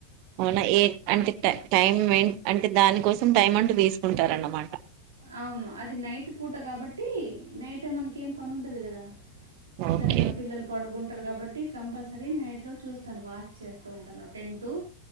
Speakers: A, on the right; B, on the right.
A: అవునా ఏ అంటే టె టైం మెన్ అంటే దానికోసం టైం అంటూ తీసుకుంటారన్నమాట
B: అవును అది నైట్ పూట కాబట్టి నైట్ మనకి ఏం పని ఉండదు గదా చక్కగా
A: ఓకే
B: పిల్లలు పడుకుంటారు కాబట్టి కంపల్సరీ నైట్లో చూస్తాను వాచ్ చేస్తాను తుంటన్నను ten to